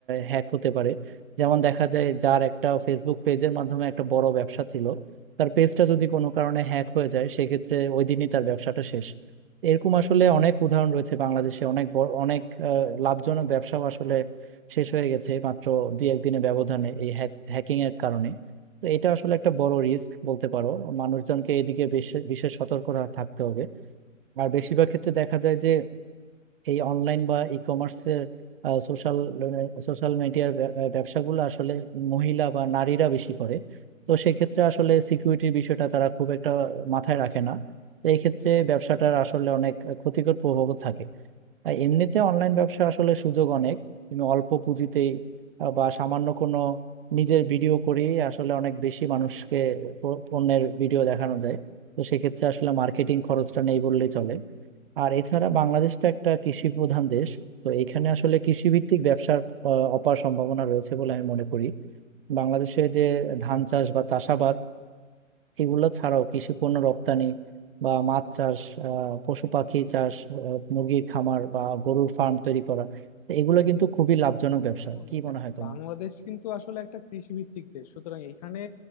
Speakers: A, on the right; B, on the left.
A: হ্যাক হতে পারে যেমন দেখা যায় যার একটা ফেসবুক পেজের মাধ্যমে একটা বড় ব্যবসা ছিল তার পেজটা যদি কোনো কারণে হ্যাক হয়ে যায় সেক্ষেত্রে ওই দিনই তার ব্যবসাটা শেষ এরকম আসলে অনেক উদাহরণ রয়েছে বাংলাদেশে অনেক বড় অনেক আহ, লাভজনক ব্যবসাও আসলে শেষ হয়ে গেছে মাত্র দুই একদিনের ব্যবধানে এই হ্যাক হ্যাকিং এর কারণে তো এটা আসলে একটা বড় রিস্ক বলতে পারো মানুষজনকে এদিকে বিশেষ বিশেষ সতর্ক থাকতে হবে আর বেশিরভাগ ক্ষেত্রে দেখা যায় যে এই অনলাইন বা ই কমার্সের সোশ্যাল সোশ্যাল মিডিয়ার ব্যবসাগুলো আসলে মহিলা বা নারীরা বেশি করে তো সেক্ষেত্রে আসলে সিকিউরিটির বিষয়টা তারা খুব একটা মাথায় রাখে না তো এই ক্ষেত্রে ব্যবসাটার আসলে অনেক ক্ষতিকর প্রভাবও থাকে আর এমনিতে অনলাইন ব্যবসা আসলে সুযোগ অনেক তুমি অল্প পুঁজিতেই আহ, বা সামান্য কোনো নিজের ভিডিও করেই আসলে অনেক বেশি মানুষকে প- পণ্যের ভিডিও দেখানো যায় তো সেক্ষেত্রে আসলে মার্কেটিং খরচটা নেই বললেই চলে আর এছাড়া বাংলাদেশ তো একটা কৃষি প্রধান দেশ তো এখানে আসলে কৃষি ভিত্তিক ব্যবসার আহ, অপার সম্ভাবনা রয়েছে বলে আমি মনে করি বাংলাদেশে যে ধান চাষ বা চাষাবাদ এগুলো ছাড়াও কৃষি পণ্য রপ্তানি বা মাছ চাষ আহ, পশু পাখি চাষ আহ, মুরগির খামার বা গরুর ফার্ম তৈরি করা তো এগুলো কিন্তু খুবই লাভজনক ব্যবসা
B: হ্যাঁ বন্ধু
A: কি মনে
B: দেখো
A: হয় তোমার
B: বাংলাদেশ কিন্তু আসলে একটা কৃষি ভিত্তিক দেশ সুতরাং এইখানে